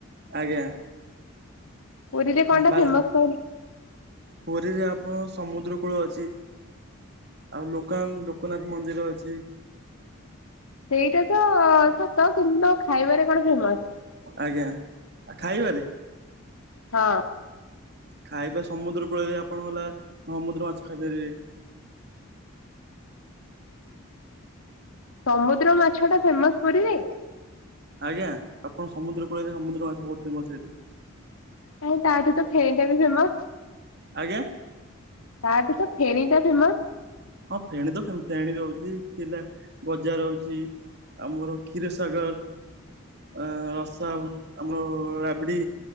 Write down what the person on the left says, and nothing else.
ପୁରୀ ରେ କଣ ଟା
ଫେମସ କହିଲ?
ସେଇଟା ତ ସତ କିନ୍ତୁ ଖାଇବାରେ କଣ ଫେମସ୍?
ହଁ।
ସମୁଦ୍ର ମାଛଟା ଫେମସ ପୁରୀରେ?
କାହିଁ ତାଠୁ ତ ଫେଣୀଟା ବି ଫେମସ।
ତା ଠୁ ତ ଫେଣି ଟା ଫେମସ।